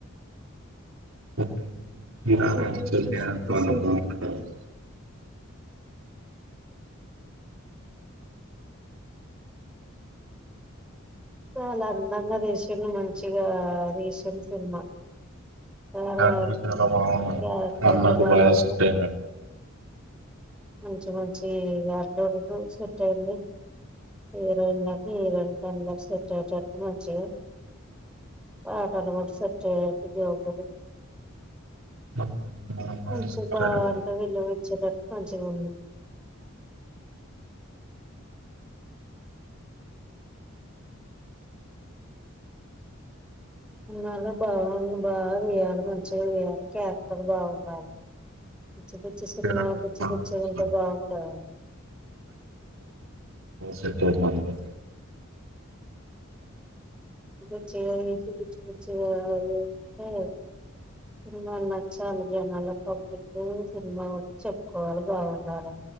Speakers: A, on the right; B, in the centre.
A: <inaudible> మీలా
B: చూసి
A: చె
B: చూసి చూసి
A: తంట పో <unintelligible>
B: చాలా అందంగా జెస్ చిన్న మంచిగా రీసెంట్ సినిమా చాలా
A: ట చాల భావ
B: క్యారెక్టర్లు
A: అన్నకి
B: బాగా
A: పోయా
B: ఉన్నా
A: సెట్యినా <unintelligible>
B: మంచి మంచి అల్లుడు సెట్ అయంది హీరోయిన్ హీరోయిన్ క అందరు సెట్ అయ్యేటట్టు మంచి పాటలు కూడా సెట్ అయ్యా జోబులు
A: <inaudible>
B: మంచి
A: సెట్
B: బాగు అంటే వీళ్ళ <unintelligible> మంచి గా ఉండు అ బాగుంది బాగా వేయాలి మంచిగా వేయాలి క్యారెక్టర్ బాగుండాలీ పిచ్చి పిచ్చి సినిమా
A: నాకు
B: పిచ్చి పిచ్చే
A: వెళ్తుంది
B: గా ఉంటే బాగుండా
A: సటే మద <unintelligible>
B: చ్చచ్చిగా <unintelligible> తీసి పిచ్చి పిచ్చిగా అంటే సినిమా నచ్చాలి జనాల పబ్లిక్ సినిమా కూడా చెప్పుకోవాలి బావుండాల